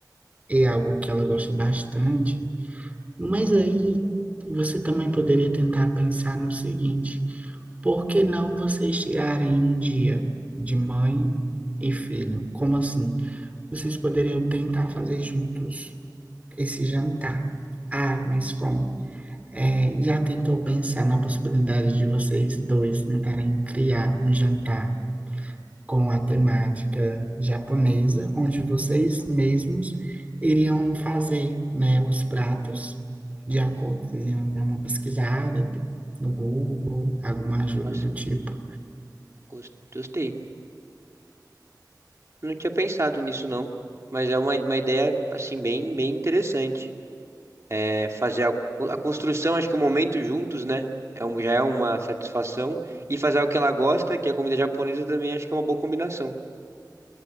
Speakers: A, on the right (about 20°); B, on the right (about 40°).
A: é algo que ela gosta bastante. Mas aí você também poderia tentar pensar no seguinte: por que não vocês tirarem um dia de mãe e filho? Como assim? Vocês poderiam tentar fazer juntos esse jantar. Ah, mas como? É, já tentou pensar na possibilidade de vocês dois tentarem criar um jantar? com a temática japonesa, onde vocês mesmos iriam fazer, né, os pratos de acordo, vocês iam dar uma pesquisada no Google, alguma ajuda
B: Nossa,
A: do tipo.
B: gos- gostei. Não tinha pensado nisso, não. Mas é uma, uma ideia, assim, bem, bem interessante. É fazer a, a construção, acho que o momento juntos, né? É um, já é uma satisfação. E fazer o que ela gosta, que é a comida japonesa, também acho que é uma boa combinação.